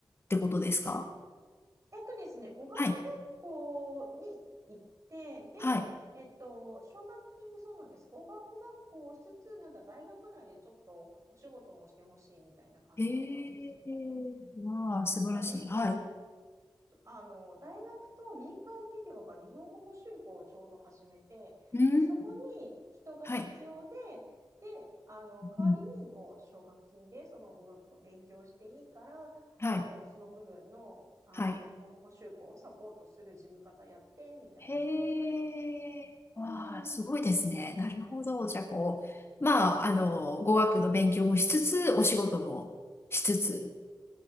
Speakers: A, on the left; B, on the right.
A: てことですか
B: えっとですね、語学学校に行って、
A: はい。
B: で、
A: はい。
B: えっと、奨学金でそうなんです。語学学校をしつつ、なんか大学内でちょっとお仕事もしてほしいみたいな感じだったんですよね。
A: ええーわあ、素晴らしい。
B: なんかね、
A: はい。
B: あの大学と民間企業が日本語補習校をちょうど始めてでそこに人が必要で
A: うん。はい。
B: であの代わりにこう奨学金でその語学の勉強をしていいからあのその部分の、
A: うん。はい。
B: あの日本語補習校をサポートする事務方やってみたいな感じだったんですよ。
A: はい。へえ、わあ、
B: うん
A: すごいですね。なるほど。じゃあ、こう、まあ、あの、語学の勉強もしつつ、お仕事もしつつ、